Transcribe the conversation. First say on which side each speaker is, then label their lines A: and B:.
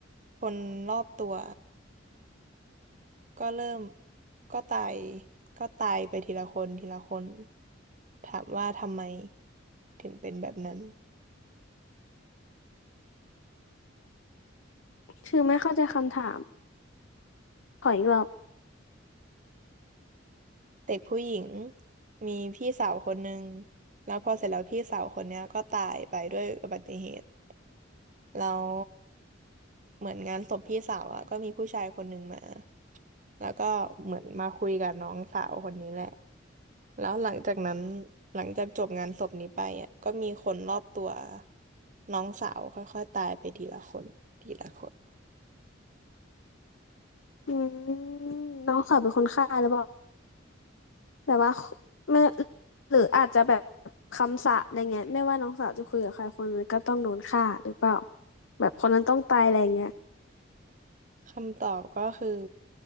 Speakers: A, on the right; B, on the left.
A: คนรอบตัวก็เริ่มก็ตายก็ตายไปทีละคนทีละคนถามว่าทำไมถึงเป็นแบบนั้น
B: คือไม่เข้าใจคำถามขออีกรอบ
A: เด็กผู้หญิงมีพี่สาวคนหนึ่งแล้วพอเสร็จแล้วพี่สาวคนเนี้ยก็ตายไปด้วยอุบัติเหตุ แล้วเหมือนงานศพพี่สาวอะก็มีผู้ชายคนหนึ่งมาแล้วก็เหมือนมาคุยกับน้องสาวคนนี้แหละแล้วหลังจากนั้นหลังจากจบงานศพนี้ไปอ่ะก็มีคนรอบตัวน้องสาวค่อยๆตายไปทีละคนทีละคน
B: อืมน้องสาวเป็นคนฆ่าหรือเปล่าแบบว่าไม่หรืออาจจะแบบคำสาปอะไรเงี้ยไม่ว่าน้องสาวจะคุยกับใครคนนึงก็ต้องโดนฆ่าหรือเปล่าแบบคนนั้นต้องตายอะไรเงี้ย
A: คำตอบก็คือ